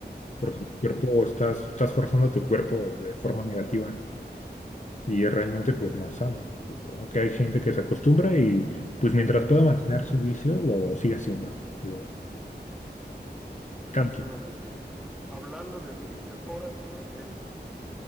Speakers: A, on the left; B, in the centre.
A: porque
B: No, pues
A: tu cuerpo,
B: no,
A: estás, estás forzando a tu cuerpo de forma negativa. y es realmente pues no es sano. Aunque hay gente que se acostumbra y pues mientras pueda mantener su vicio, lo sigue haciendo. Lo
B: algo
A: cambia.
B: te iba a decir. Hablando de vicios, ahora sí uno que es,